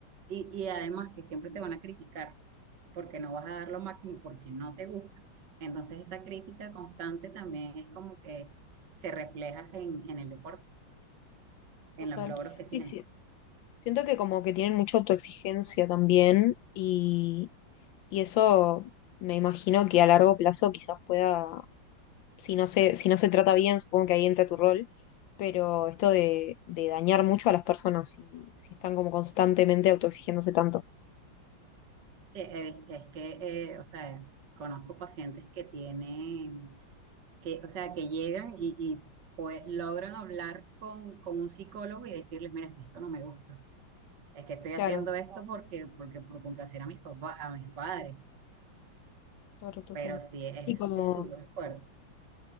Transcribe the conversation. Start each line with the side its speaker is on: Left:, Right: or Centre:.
Right: y, y además que siempre te van a criticar porque no vas a dar lo máximo, porque no te gusta, entonces esa crítica constante también es como que se refleja en, en el deporte, en
Left: total.
Right: los logros que
Left: Sí,
Right: tienes.
Left: sí. Siento que como que tienen mucha autoexigencia también y, y eso me imagino que a largo plazo quizás pueda si no se, si no se trata bien, supongo que ahí entra tu rol, pero esto de, de dañar mucho a las personas si, si están como constantemente autoexigiéndose tanto.
Right: Sí, he visto- es que, eh, o sea, conozco pacientes que tienen, que, o sea, que llegan y, y, pues logran hablar con, con un psicólogo y decirles, mira, es que esto no me gusta es que estoy
Left: Claro,
Right: haciendo esto porque, porque por complacer a mis papás, a mis padres,
Left: claro, total.
Right: pero sí es,
Left: Sí, como,
Right: es duro, es fuerte.